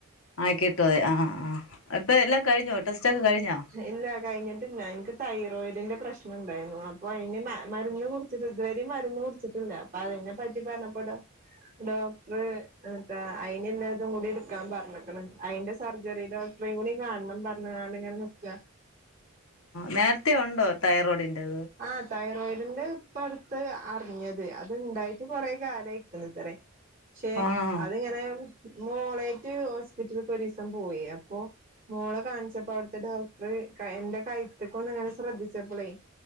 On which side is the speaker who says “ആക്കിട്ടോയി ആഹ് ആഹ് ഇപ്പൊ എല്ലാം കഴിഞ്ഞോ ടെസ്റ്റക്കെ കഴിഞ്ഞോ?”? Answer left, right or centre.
Left